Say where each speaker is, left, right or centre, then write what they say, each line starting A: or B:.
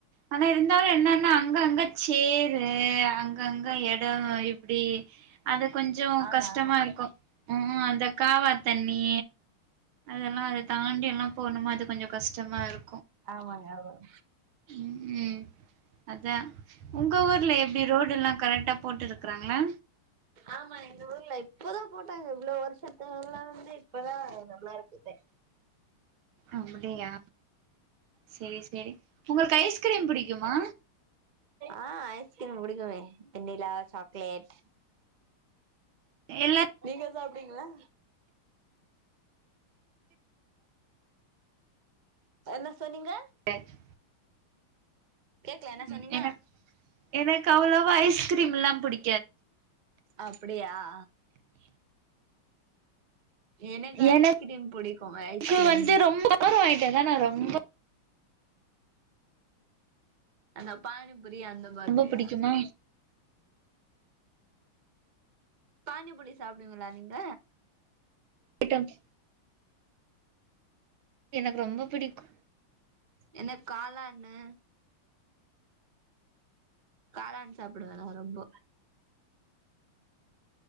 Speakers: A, on the right; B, on the right.
A: ஆனா இருந்தாலு என்னென்னா அங்க அங்க சேரு அங் கங்க எடோ இப்டி அது கொஞ்சோ
B: ஆமா
A: கஷ்டமா
B: ஆமா
A: இருக்கு ம் ம் அந்த காவா தண்ணி அதெல்லா அது தாண்டி எல்லா போணுமா அது கொஞ்சோ கஷ்டமா இரு
B: ஆமாங்க ஆமாங்க
A: ம் ம் அதா உங்க ஊர்ல எப்டி ரோடுல்லா கரெக்டா போட்டு இருக்கறாங்களா
B: ஆமா எங்க ஊர்ல போதா போட்டாங்க இவ்ளோ வருஷத்துள்ள இருந்து இப்பதா நல்லாருக்குதே
A: அம்டியா செரி செரி உங்களுக்கு ஐஸ்கிரீம் பிடிக்குமா
B: ஆ ஐஸ்கிரீம் புடிக்குமே வெண்ணிலா சாக்லேட்
A: எல்லா
B: நீங்க சாப்டுவீங்களா என்ன சொன்னீங்க
A: யாச்சு
B: கேக்கல என்ன
A: ம்
B: சொன்னீங்க
A: எனக் எனக்கு அவ்ளோவா ஐஸ்கிரீம்ல்லா புடி
B: அப்டியா ஆ எனக்கு
A: எனக்
B: ஐஸ்கிரீம் புடிக்கு ஐஸ்கிரீம்
A: கு வந்து ரொம்ப <inaudible> ஆயிட்டேதான ரொம்ப
B: அந்தா பானி பூரி அந்த மாதிரியா
A: ரொம்ப பிடிக்குமா
B: பானிபுரி சாப்டுவீங்களா நீங்க
A: ஐட்டம்ஸ் எனக்கு ரொம்ப பிடிக்கு
B: என்ன காலான்னு காளான் சாப்பிடுவேலா ரொம்ப